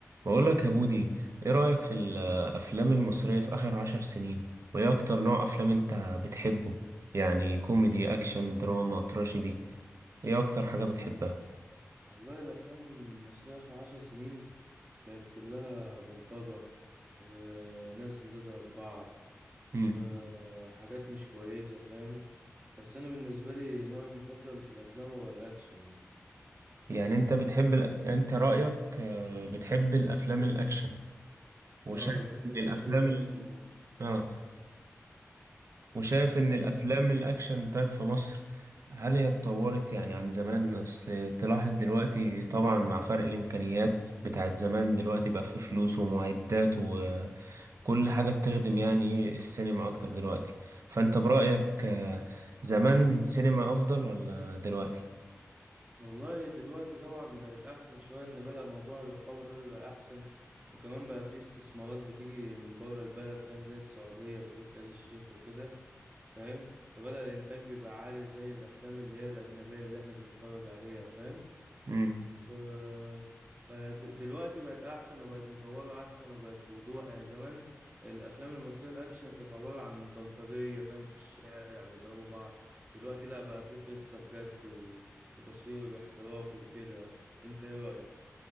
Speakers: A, on the right; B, on the right.
A: بقولك يا بودي ايه رأيك في الأفلام المصرية في آخر عشر سنين وايه أكتر نوع أفلام انت بتحبه يعني كوميدي أكشن دراما تراجيدي ايه أكتر حاجة بتحبها
B: والله الأفلام المصرية آخر عشر سنين بقت كلها بلطجة وناس بتضرب بعض
A: مم.
B: وحاجات مش كويسة فاهم بس أنا بالنسبة لي نوعي المفضل في الأفلام هو الأكشن يعني
A: يعني انت بتحب ال... انت رأيك آه، بتحب الأفلام الأكشن وشايف
B: اه أنا بحب
A: ان
B: الأفلام
A: الأفلام
B: الأكشن
A: ال...
B: أوي.
A: اه وشايف ان الأفلام الأكشن طيب في مصر هل هي اتطورت يعني عن زمان اصل تلاحظ دلوقتي طبعا مع فرق الإمكانيات بتاعت زمان دلوقتي بقى في فلوس ومعدات كل حاجة بتخدم يعني ايه السينما أكتر دلوقتي فأنت برأيك آه، زمان سينما أفضل ولا دلوقتي؟
B: والله دلوقتي طبعا بقت أحسن شوية إن بدأ موضوع الرقابة ده بيبقى أحسن وكمان بقى فيه استثمارات بتيجي من بره البلد فاهم زي السعودية وتركي آل الشيخ وكده فاهم فبدأ الإنتاج بيبقى عالي زي الأفلام اللي هي الأجنبية اللي إحنا بنتفرج عليها فاهم
A: مم.
B: آه، فدلوقتي بقت احسن وبقت مطوره احسن وبقت بوضوح يعني زمان الافلام المصريه الاكشن كانت عباره عن بلطجيه فاهم في الشارع بيضربوا بعض دلوقتي لا بقى في قصه بجد و... وتصوير احترافي وكده انت ايه رايك